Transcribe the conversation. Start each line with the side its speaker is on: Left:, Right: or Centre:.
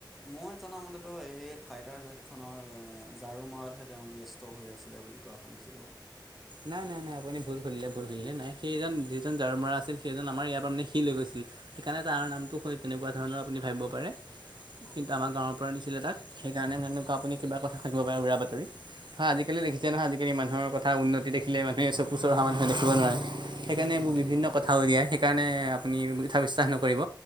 Centre: মই জনামতেতো সেই ফাইটাৰ জটখনৰ ঝাৰু মৰাতহে তেওঁ ব্যস। ত হৈ আছিলে বুলি কোৱা শুনিছিলোঁ।
Right: নাই নাই নাই আপুনি ভুল শুনিলে ভুল শুনিলে নাই সেইজন যিজন জঝাৰু মৰা আছিল সেইজন আমাৰ ইয়াৰ পৰা মানে শিল হৈ গৈছিল। সেইকাৰণে তাৰ নামটো হয় তেনেকুৱা ধৰণৰ আপুনি ভাবিব পাৰে।
Centre: অ'
Right: কিন্তু আমাৰ গাঁৱৰ পৰা নিছিলে তাক সেইকাৰণে তেনেকুৱা আপুনি
Centre: হয়
Right: কিবা কথা শাকিব পাৰে উৰা বাতৰি। হয় আজিকালি দেখিছে নহয় আজিকলি মানুহৰ কথা উন। দেখিলে মানুহে চকুচ অহা মানুহে দেখিব নোৱাৰে সেইকাৰণে
Centre: হয়
Right: মোৰ বিভিন্ন কথা উলিয়ায় সেইকাৰণে। আপুনি কথা বিশ্বাস নকৰিব।